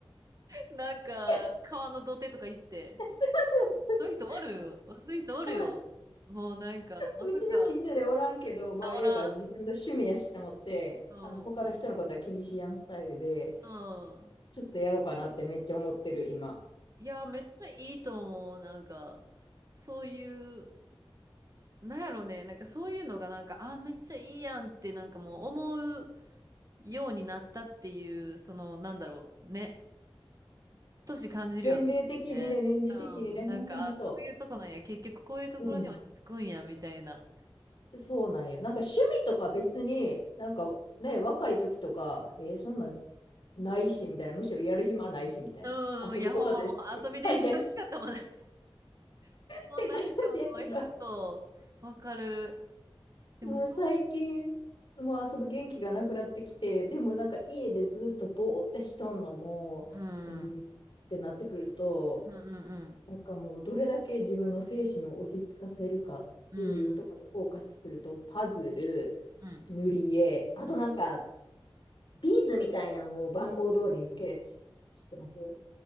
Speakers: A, on the right; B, on the left.
A: なんか、
B: <laughs> そう
A: 川の土手とか行って、
B: そうそう
A: そういう人おるよ。そういう人おるよ。
B: ほら、
A: もうなんか、まさか、
B: うちの近所でおらんけど、まあ、
A: あ、
B: エヴァ自分の趣味やしと思って、
A: おらん、うん、
B: あの、他の人のことは気にしやんスタイルで、
A: うん。
B: ちょっとやろうかなってめっちゃ思ってる、今。
A: いや、めっちゃいいと思う。なんか、そういう、なんやろね、なんかそういうのがなんか、あ、めっちゃいいやんって、なんかもう思うようになったっていう、その、なんだろう、ね、年感じるよね。
B: 年齢的にね、
A: ねうん、
B: 年齢的にね、本当にそ
A: なんか、あ、そういうとこなんや、結局こういうところに落ち着くんや、
B: う。うん。
A: みたいな。
B: そうなんよ。なんか趣味とか別に、なんかね、若い時とか、えーそんなんないし、みたいな。むしろやる暇ないし、みたいな。
A: うん、
B: 遊ぶことです。
A: いや、ほんまもう遊びで忙しかったもんね。
B: よし
A: <laughs> もうなんかもう人、
B: って感じやけど、
A: わかる。でもそ
B: もう最近、もう遊ぶ元気がなくなってきて、でもなんか家でずっとぼーってしとんのも、
A: う、うん、
B: うんっ
A: うん
B: てなってくると、
A: うん
B: なんかもうどれだけ自分の精神を落ち着かせるかっていうところにフォーカスすると、
A: うん、うん、
B: パズル、
A: うん、
B: 塗り絵、あとなんか
A: うん。
B: ビーズみたいなのを番号通りにつけるやつ知ってますわ